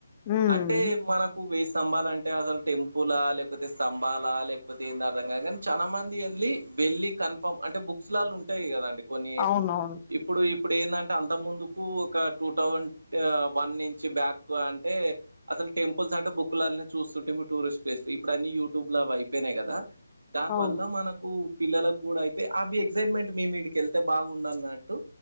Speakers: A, on the left; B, on the right.
A: హ్మ్.
B: అంటే మనకు వే స్తంభాలంటె అసలు టెంపులా లేకపోతే స్తంభాల లేకపోతే ఏంద అర్థంగా గానీ చాలా మంది ఎళ్లీ వెళ్ళి కన్ఫర్మ్ అంటే బుక్స్ లాళ్ళు ఉంటాయి కదాండి కొన్ని
A: అవునవును.
B: ఇప్పుడు ఇప్పుడు ఏందంటే అంత ముందుకు ఒక టూ థౌజండ్ వన్ నుంచి బ్యాక్ ఎక్కువ అంటే అసలు టెంపుల్స్ అంటే బుక్లనే చూస్తుంటిమీ టూరిస్ట్ ప్లేస్లు ఇప్పుడు అన్ని యూట్యూబ్ లా అవి అయిపో నయి కదా దాని
A: అవును.
B: వల్ల మనకు పిల్లలకు కూడా అయితే అవి ఎగ్సైట్మెంట్ మేము మీడికి వెళ్తే బాగుండన్నట్టు